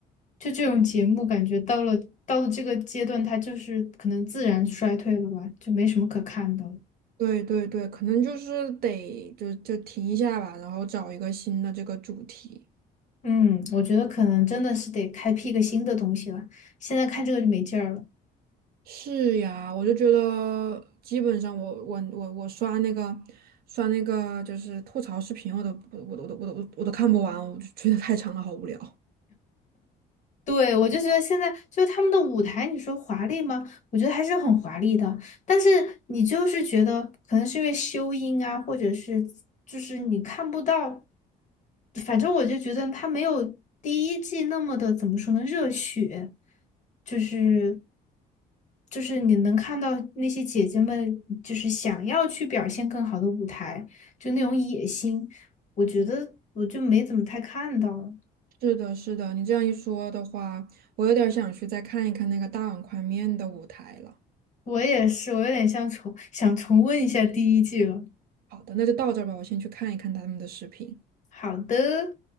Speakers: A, on the left; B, on the right.
A: 就这种节目，感觉到了到了这个阶段，它就是可能自然衰退了吧，就没什么可看的了。
B: 对对对，可能就是得就就停一下吧，然后找一个新的这个主题。
A: 嗯，我觉得可能真的是得开辟一个新的东西了，现在看这个就没劲儿了。
B: 是呀，我就觉得基本上我我我我刷那个刷那个就是吐槽视频，我都我都我都我都我都看不完，我就觉得太长了，好无聊。
A: 对，我就觉得现在就是他们的舞台，你说华丽吗？我觉得还是很华丽的，但是你就是觉得可能是因为修音啊，或者是就是你看不到，反正我就觉得他没有第一季那么的怎么说呢，热血，就是就是你能看到那些姐姐们就是想要去表现更好的舞台，就那种野心，我觉得我就没怎么太看到。
B: 是的，是的，你这样一说的话，我有点儿想去再看一看那个大碗宽面的舞台了。
A: 我也是，我有点像重想重温一下第一季了。
B: 好的，那就到这儿吧，我先去看一看他们的视频。
A: 好的。